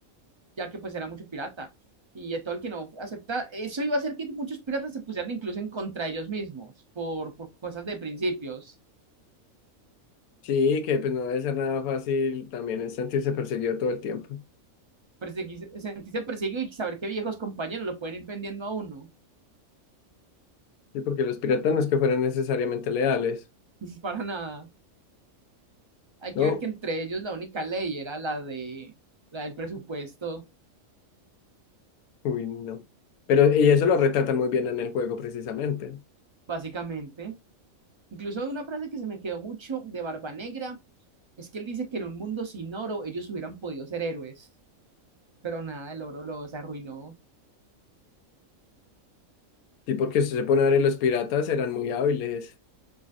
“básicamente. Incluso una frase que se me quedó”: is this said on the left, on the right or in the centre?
Right